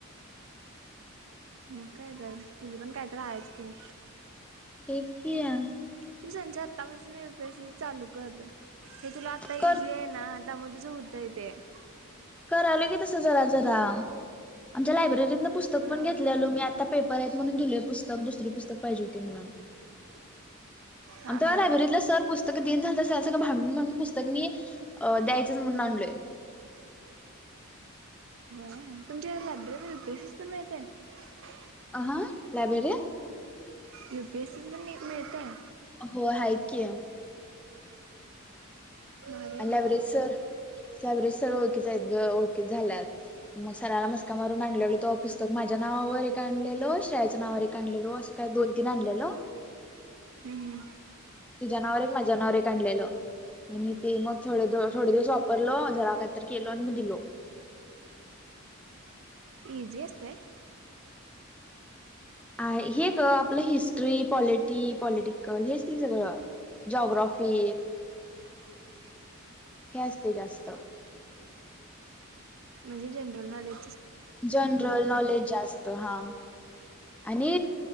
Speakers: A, on the right; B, in the centre.
A: मग काय तर तुझे पण कायतर हायच की.
B: <unintelligible>
A: तू त्यांच्या आतापासून प्रश्न चालू कर हे तुला आता
B: कर
A: इझी आहे ना <unintelligible>
B: करालोय की तसं जरा जरा आमच्या लायब्ररीतन पुस्तक
A: हा
B: पण घेतलेलो मी आता पेपर आहेत म्हणून धूले पुस्तक दुसरी पुस्तक पाहिजे होती म्हणून
A: हा
B: आम त
A: हा
B: लायबरीतला सर पुस् सगं दिन झालं त सळं भांडून भांडून पुस्तक मी अ द्यायचंच म्हणून आणलोय
A: <unintelligible>
B: अ हा लायब्रेरी आहे?
A: यू पी एस सीण मिळतय.
B: हो हाय किय.
A: भारी आहे
B: आल्या
A: बाई
B: बरेसर सव्हेज सर ओळखिच आहेत ग ओळखी झाल्यात मग सराला मस्का मारून आणलेलो तवा पुस्तक माझ्या माझ्या नावावर एक आणलेलो श्रेयाच्या नावावर एक आणलेलो असं काही दोन तीन आणलेलो
A: हम्म हम्म
B: तुझा नावावर माझ्या नावावर एक आणलेल आणि ते मग थोडे थोडे दिवस वापरल जरा काहीतरी केलो आणि मी दिलो.
A: इझी असतय?
B: आहे हे ग आपलं हिस्ट्री पॉलिटी पॉलिटिकल हेच की सगळं जोग्राॊफी
A: <unintelligible>
B: हे असतय जास्त
A: म्हणजे जनरल नॉलेज
B: जनरल नॉलेज जास्त हा आणि